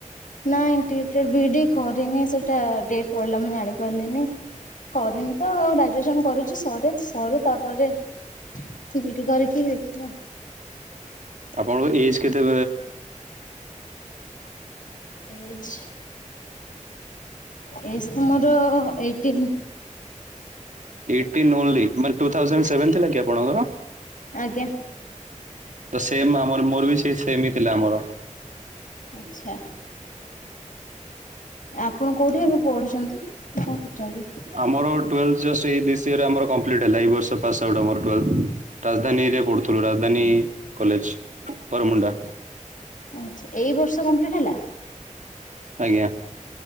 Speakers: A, on the left (about 80°); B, on the right (about 70°).
A: ନା ଇଣ୍ଟିଗ୍ରେଟେଡ ବିଡି କରିନି ସେଟା ଡେଟ ପଳେଇଲା ମୁଁ ଜାଣି ପାରିଲିନି। କରିନି ତ ଆଉ ଗ୍ରାଜୁଏସନ କରୁଛି ସରେ ସରୁ ତାପରେ ବିଡି କରିକି ଦେଖିବା।
B: ଆପଣଙ୍କ ଏଜ୍ କେତେ?
A: ଏଜ ଏଜ ତ ମୋର ଏଇଟିନ।
B: ଏଇଟିନ୍ ଓନଲି ମାନେ ଟୁ ଥାଉଯାଣ୍ଟ ସେଭେନ ଥିଲା କି ଆପଣଙ୍କର?
A: ଆଜ୍ଞା।
B: ତ ସେମ ଆମର ମୋର ବି ସେ ସେମ ହିଁ ଥିଲା ଆମର।
A: ଆଚ୍ଛା। ଆପଣ କୋଉଠି ଏବେ ପଢୁଛନ୍ତି କଣ କରୁଛନ୍ତି?
B: ଆମର ଟୁଏଲଥ ଜଷ୍ଟ ଏଇ ବିସିଏରେ ଆମର କଂପ୍ଲିଟ୍ ହେଲା ଏଇ ବର୍ଷ ପାସ ଆଉଟ୍ ଆମର ଟୁଏଲଥ। ରାଜଧାନୀରେ ପଢୁଥିଲୁ ରାଜଧାନୀ କଲେଜ ବରମୁଣ୍ଡା
A: ଆଚ୍ଛା ଏଇ ବର୍ଷ କମ୍ପ୍ଲିଟ୍ ହେଲା?
B: ଆଜ୍ଞା।